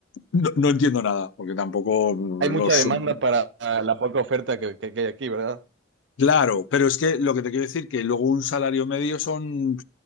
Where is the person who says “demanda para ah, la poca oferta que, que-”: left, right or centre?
Right